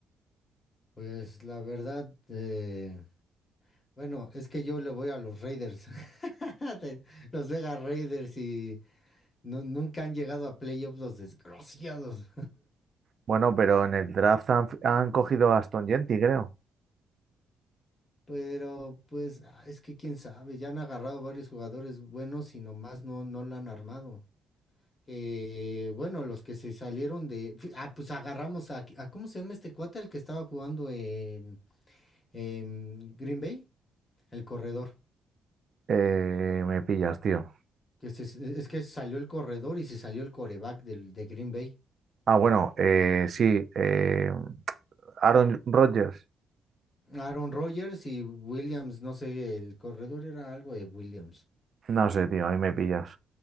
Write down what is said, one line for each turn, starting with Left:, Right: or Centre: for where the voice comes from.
Left: Pues la verdad, eh, bueno, es que yo le voy a los Raiders, <laughs> de- los Vegas Raiders y nu- nunca han llegado a playoffs los desgraciados.
Right: Bueno, pero en el draft han, han cogido a Aston Gentry, creo.
Left: <laughs> Pero pues ah, es que quién sabe, ya han agarrado varios jugadores buenos y nomás no, no la han armado. Que bueno, los que se salieron de... fí- Ah, pues agarramos a, a... ¿Cómo se llama este cuate? El que estaba jugando en, en Green Bay, el corredor.
Right: Eh, me pillas, tío.
Left: Que se- e, es que salió el corredor y se salió el coreback del, de Green Bay.
Right: Ah, bueno, eh, sí. eh, Aaron Rodgers.
Left: Aaron Rodgers y Williams, no sé, el corredor era algo de Williams.
Right: No sé, tío, ahí me pillas.